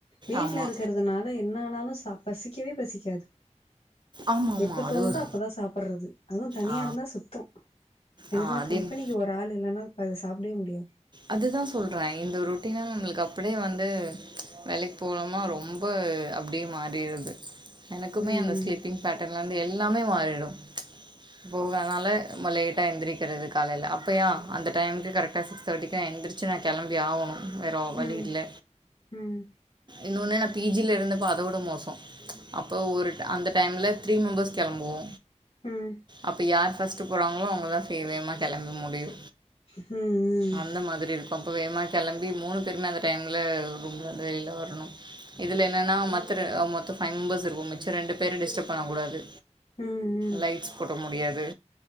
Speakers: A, on the left; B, on the right.
A: வீட்ல
B: ஆமா
A: இருக்கிறதுனால என்ன ஆனாலு ச பசிக்கவே பசிக்காது
B: ஆமா ஆமா
A: எப்ப
B: அது
A: தோணுதோ
B: ஒரு
A: அப்பதா சாப்பட்றது அதுவு தனியா
B: ஆ
A: இருந்தா சுத்த எனக்குலா
B: ஆ அது
A: கம்பெனிக்கு
B: என்-
A: ஒரு ஆள் இல்லனா இப்போ அத சாப்டவே முடியாது
B: அதுதா சொல்ற இந்த ரொட்டினலா நம்மளுக்கு அப்படியே வந்து வேலைக்கு போறமா ரொம்ப அப்டியே மாரிடுது எனக்குமே
A: ம்
B: அந்த ஸ்லீப்பிங் பேட்டன்லருந்து எல்லாமே மாறிடு போகாதனால நம்ம லேட்டா எந்திரிக்கிறது காலைல அப்பயா அந்த டைமுக்கு கரெக்டா சிக்ஸ் தர்ட்டிக்கு நா எந்திருச்சு நா கெளம்பியாவணு வேற வழி
A: ம்
B: இல்ல
A: ம்
B: இன்னொன்னு நா பி ஜில இருந்தப்போ அதோட மோச அப்போ ஒரு அந்த டைம்ல த்ரீ மெம்பர்ஸ் கெளம்புவோ
A: ம் ம்
B: அப்ப யார் ஃபர்ஸ்ட் போறாங்களோ அவங்கதா ஃபேவேமா கெளம்ப முடியு
A: ஹு ம் ம்
B: அந்த மாதிரி இருக்கு அப்போ வேகமா கெளம்பி மூணு பேருமே அந்த டைம்ல ரூம்ல இருந்து வெளில வரணு இதுல என்னனா மத்த மொத்த ஃபைவ் மெம்பர்ஸ் இருப்போ மிச்ச ரெண்டு பேர டிஸ்டர்ப் பண்ணக்கூடாது
A: ம்
B: லைட்ஸ் போட முடியாது